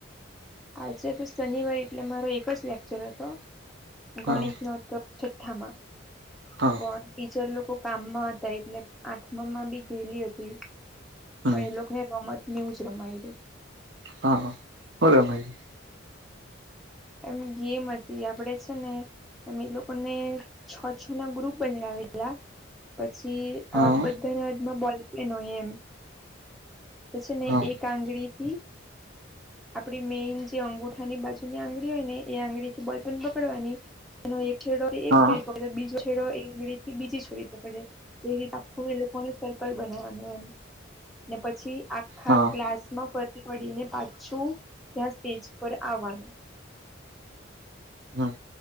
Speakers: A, in the centre; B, on the right.
A: આજે તો શનિવાર એટલે મારો એક જ લેક્ચર હતો.
B: હા
A: ગણિત નો હતો. છઠ્ઠામાં.
B: હા.
A: પણ ટીચર લોકો કામમાં હતા, એટલે આઠમા માં બી ગેલી હતી.
B: હમ
A: પણ એ લોકો ને રમત નું જ રમાયડુ.
B: હા હા. હું રમાયલું?
A: એમ ગેમ હતી. આપડે છે ને અમે લોકોને છો છો ના ગ્રુપ બનાવેેલા પછી
B: હા
A: અહ બધાના હદમાં બોલપેન હોય એમ. પછી ને
B: હા
A: એક આંગળી થી આપડી મેઈન જે અંગુઠાની બાજુની આંગળી હોય ને એ આંગળી થી બોલપેન પકડવાની એનો એક છેડો એક
B: હા
A: છોરી પકડે બીજો છેડો એંગડી થી બીજી છોરી પકડે એવીતે આખું એ લોકોને સર્કલ બનાવાનું એમ ને પછી આખા
B: હા
A: ક્લાસ માં ફ પડીને પાછું ત્યાં સ્ટેજ પર આવવાનું
B: હમ્મ.